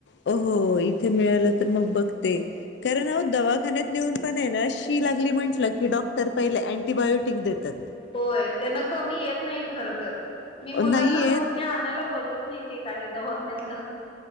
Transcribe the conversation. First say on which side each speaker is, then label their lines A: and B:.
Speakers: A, on the left; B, on the left.
A: हो हो इथे मिळालं तर मग बघते. कारण अ दवाखान्यात नेऊन पण आहे ना शी लागली म्हटलं की डॉक्टर पहिले अँटीबायोटिक देतात.
B: होय त्यांना कमी येत नाही खर तर मी मुलांना
A: नाहीयेत
B: मोस्टली आणायला बघ. बघत नाही ते काय दवाखण्यातलं.